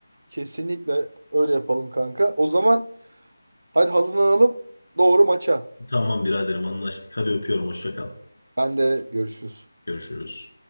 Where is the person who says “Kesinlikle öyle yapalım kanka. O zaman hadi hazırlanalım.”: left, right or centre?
Right